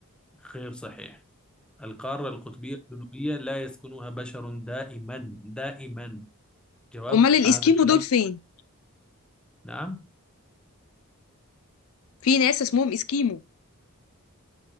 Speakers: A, in the centre; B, on the left (about 75°).
A: غير صحيح القارة القطبية الجنوبية لا يسكنها بشر دائما دائما جواب
B: أمال الإسكيمو
A: هذا الكلام
B: دول فين
A: نعم
B: في ناس اسمهم إسكيمو